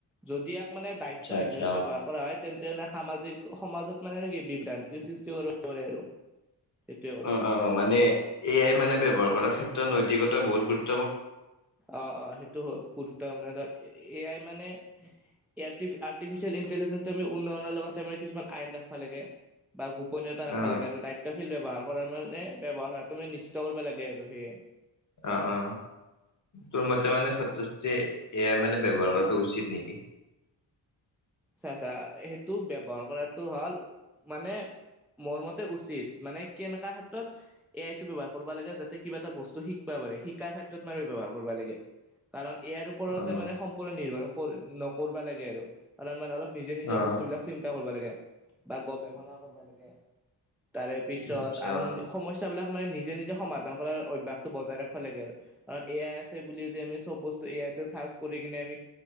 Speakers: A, in the centre; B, on the left (about 35°).
A: যদি ইয়াক মানে দায়িত্বাহীনভাৱে
B: আচ্ছা আচ্ছা।
A: ব্যৱহাৰ কৰা হয়, তেন্তে নে সামাজিক, সমাজত মানে আৰু কি বিভ্ৰান্তিৰ সৃষ্টি কৰিব পাৰে আৰু। সেইটোৱে কথা
B: অ - অ, মানে এ আই মানে ব্যৱহাৰ কৰাৰ ক্ষেত্ৰত নৈতিকতা বহুত গুৰুত্ব
A: অ- অ, সেইটো <unintelligible> মানে এয়াই মানে এই আৰ্তিফিচিয়াল ইন্টেলিনন্তে আমি উন্নয়নৰ লগত আমি কিছুমান আইন ৰাখবা লাগে। বা উপনীয়তা ৰাখিব
B: অ
A: লাগে আৰু দায়িত্বশীল ব্যৱহাৰ কৰাৰ মানে ব্যৱহাৰ হোৱাটো মানে নিশ্চিত কৰিব লাগে আৰু সেয়ে।
B: অ - অ। তোৰ মতে মানে ছাত্ৰ ছাত্ৰীয়ে এ আই মানে ব্যৱহাৰ কৰাটো উচিত নেকি?
A: চা-চা, সেইটো ব্যৱহাৰ কৰাটো হ'ল মানে মোৰ মতে উচিত, মানে কেনেকা ক্ষেত্ৰত এ আই টো ব্যৱহাৰ কৰবা লাগে যাতে কিবা এটা বস্তু শিকপা শিকাৰ ক্ষেত্ৰত মানে ব্যৱহাৰ কৰিব লাগে কাৰন ইয়াৰ ওপৰতে
B: অ
A: মানে সম্পূৰ্ণ নিৰ্ভৰ নকৰবা লাগে আৰু কাৰণ মানে অলপ নিজে- নিজেৰ
B: অ
A: বস্তু বিলাক চিন্তা কৰিব লাগে বা গৱেষণা কৰিব লাগে। তাৰে পিছত
B: আচ্ছা
A: আৰু সমস্যাবিলাক মানে নিজে-নিজে সমাধান কৰাৰ অভ্যাসটো বজাই ৰাখবা লাগে। আৰু কাৰণ এ আই আছে বুলি যে আমি চব বস্তু এ আ তে চাৰ্চ কৰি কিনে আমি